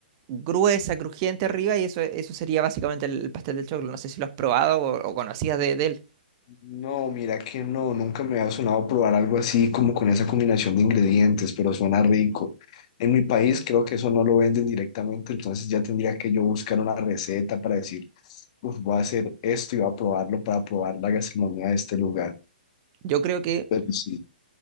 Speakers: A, on the right (about 35°); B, on the left (about 45°).
A: gruesa, crujiente arriba, y eso, eso sería básicamente el, el pastel del choclo. No sé si lo has probado o, o conocías de, de él.
B: No, mira que no, nunca me ha sonado probar algo así como con esa combinación de ingredientes, pero suena rico. En mi país creo que eso no lo venden directamente, entonces ya tendría que yo buscar una receta para decir, "Uf, voy a hacer esto y voy a probarlo para probar la gastronomía de este lugar.
A: Yo creo que
B: Pero sí,